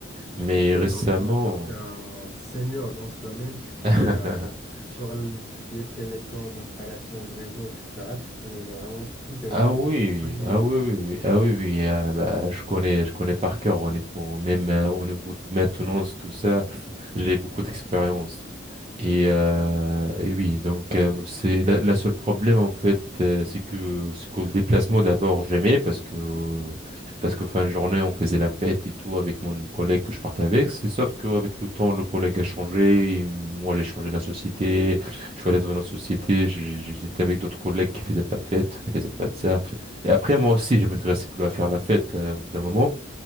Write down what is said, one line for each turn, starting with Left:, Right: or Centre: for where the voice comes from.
Right: Mais
Centre: Ok,
Right: récemment,
Centre: donc là, toi, tu es un senior dans ce domaine, tu connais
Right: <laughs>
Centre: euh, sur le- ce qui est télécom, installation de réseau, etc. Tu connais mais vraiment tout et
Right: Ah
Centre: n'importe
Right: oui,
Centre: quoi, j'imagine.
Right: ah oui, oui, oui, ah oui, oui, ah bah, je connais, je connais par cœur, honnêtement. Même euh, au niveau de maintenance, tout ça, j'ai beaucoup d'expérience. Et, euh, et oui, donc euh, c'est la, la seule problème en fait, euh, c'est que c'est que le déplacement d'abord j'aimais parce que euh, parce que fin de journée on faisait la fête et tout avec mon collègue que je partais avec. C'est sauf qu'avec le temps le collègue a changé, et moi j'ai changé de la société, je suis allé dans une autre société, j'ai- j'ai- j'étais avec d'autres collègues qui faisaient pas de fête, qui faisaient pas de ça. Et après moi aussi je m'intéressais plus à faire la fête euh, au bout d'un moment